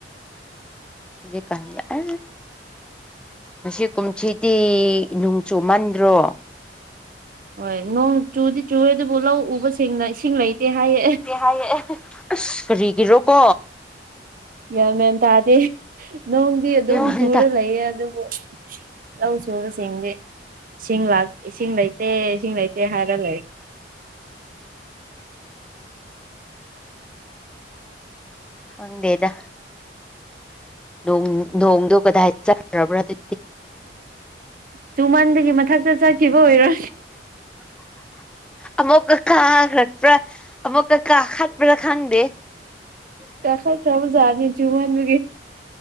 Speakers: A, in the centre; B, on the right (about 50°).
A: ꯍꯧꯖꯤ ꯀꯗ ꯑ ꯉ ꯀꯨꯝꯁꯤꯗꯤ ꯅꯣꯡ ꯆꯨꯃꯟꯗ꯭ꯔꯣ
B: ꯍꯣꯏ ꯅꯣꯡ ꯆꯨꯗꯤ ꯆꯨꯨꯔꯦ ꯑꯗꯨꯕꯨ ꯂꯧ ꯎꯕꯁꯤꯡꯅ ꯏꯁꯤꯡ ꯂꯩꯇꯦ ꯍꯥꯏꯌꯦ
A: ꯇꯌꯦ ꯑꯁ ꯐꯔꯤꯒꯤꯔꯣꯀꯣ
B: ꯒ꯭ ꯃꯌꯥꯦꯟ ꯇꯥꯗꯦ ꯅꯣꯡꯗꯤ ꯑꯗꯨꯝ
A: ꯑꯩꯉꯣꯟꯗ
B: ꯆꯨꯔ ꯂꯩꯌꯦ ꯑꯗꯨꯕꯨ ꯂꯧ ꯁꯨꯕꯁꯤꯡꯗꯤ ꯏꯁꯤꯡ ꯏꯁꯤꯡ ꯂꯩꯇꯦ ꯏꯁꯤꯡ ꯂꯩꯇꯦ ꯍꯥꯏꯔ ꯂꯩ
A: ꯍꯪꯗꯦꯗ ꯣꯡ ꯅꯣꯡꯗꯨ ꯀꯗꯥꯏ ꯆꯠꯈ꯭ꯔꯕ꯭ꯔꯣ ꯑꯗꯨ
B: ꯇꯨꯃꯟꯕꯒꯤ ꯃꯊꯛꯇ ꯆꯠꯈꯤꯕ ꯑꯣꯏꯔꯣ
A: ꯑꯃꯨꯛꯀꯀꯥ ꯈꯠꯄ꯭ꯔꯥ ꯑꯃꯨꯛꯀꯀꯥ ꯈꯠꯄ꯭ꯔꯥ ꯈꯪꯗꯦ
B: ꯇ ꯈꯥꯏ ꯈꯕꯖꯅꯤ ꯖꯨꯍꯟꯒꯦ